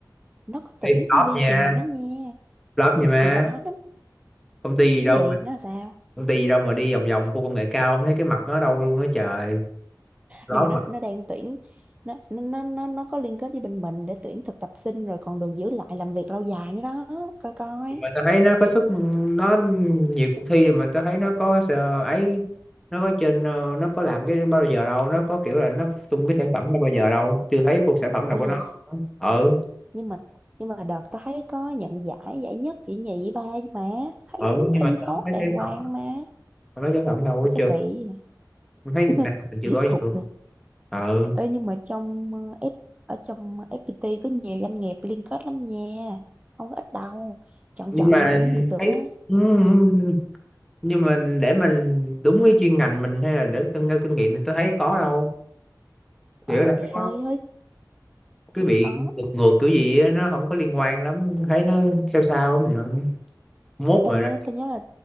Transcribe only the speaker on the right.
nó có tuyển
sinh
viên
trường mình đó nha
thì đó đó
cái gì
nó là sao
nhưng mà nó
nó đang tuyển nó nó nó nó nó có liên kết với bên mình để tuyển thực tập sinh rồi còn được giữ lại làm việc lâu dài nữa đó coi coi
ủa
gì
nhưng mà nhưng mà đợt tao thấy có nhận giải giải nhất giải nhì ba chứ mà thấy
cũng
thi
thốt
đàng
hoàng
mà
sao
kỳ vậy?
<laughs>
kỳ
cục
vậy
ê nhưng mà trong ờ, F ở trong FPT có nhiều doanh nghiệp liên kết lắm nha không có ít đâu chọn
chọn
cũng được được
đó
ờ
thì
hơi hơi
thì
khó
ê
tao nhớ là